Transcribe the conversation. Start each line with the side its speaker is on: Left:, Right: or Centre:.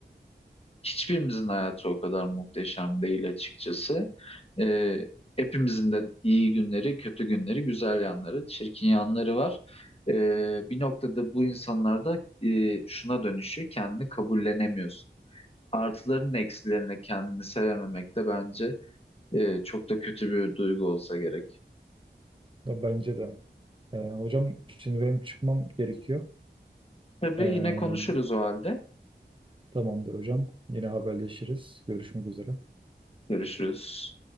Left: hiçbirimizin hayatı o kadar muhteşem değil açıkçası. Ee, hepimizin de iyi günleri, kötü günleri, güzel yanları, çirkin yanları var. Ee, bir noktada bu insanlarda e, şuna dönüşüyor, kendini kabullenemiyorsun. Artıların eksilerine kendini sevememek de bence e, çok da kötü bir duygu olsa gerek.
Right: Ya Bence de. Ee, hocam şimdi benim çıkmam gerekiyor.
Left: Tabii
Right: Ee,
Left: yine konuşuruz o halde.
Right: tamamdır hocam. Yine haberleşiriz. Görüşmek üzere.
Left: Görüşürüz.